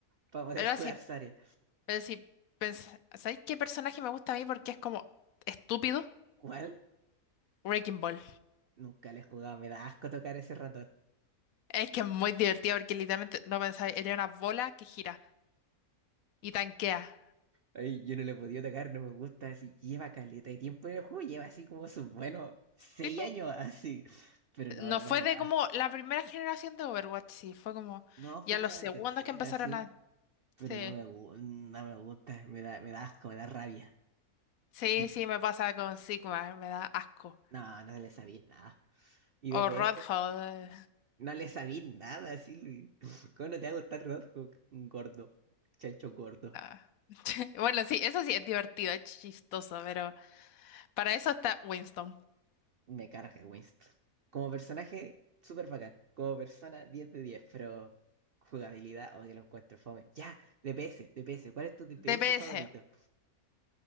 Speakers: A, on the right; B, on the left.
A: para poder
B: Pero
A: <laughs> jugar
B: así
A: Saria.
B: Pero si pensás, ¿sabéis qué personaje me gusta a mí porque es como estúpido?
A: ¿Cuál?
B: Wrecking Ball.
A: Nunca le he jugado, me da asco tocar ese ratón.
B: Es que es muy divertido porque literalmente no pensáis, era una bola que gira y tanquea.
A: Ay, yo no le he podido tocar, no me gusta. Así lleva caleta de tiempo en el juego, lleva así como sus buenos seis
B: Tipo,
A: años <laughs> así. Pero no,
B: no
A: no
B: fue
A: me
B: de
A: da.
B: como la primera generación de Overwatch, sí, fue como
A: No, fue
B: ya
A: como
B: los
A: la
B: segundos
A: tercera,
B: que empezaron
A: sí.
B: a.
A: pero
B: Sí,
A: no me, gu- no me gusta, me da, me da asco, me da rabia.
B: sí,
A: Y
B: sí, me pasa con Sigma, me da asco.
A: no, no le sabía nada. Y DPS,
B: O Rodhold.
A: no le sabía nada, Silvi. <laughs> ¿Cómo no te va a gustar Roadhog? Un Gordo, chancho gordo.
B: ah. <laughs> Bueno, sí, eso sí es divertido, es chistoso, pero para eso está Winston.
A: Me carga Winston. Como personaje, súper bacán. Como persona, diez de diez pero jugabilidad, o que lo encuentro fome. Ya, DPS, DPS, ¿cuál es tu DPS
B: DPS.
A: favorito?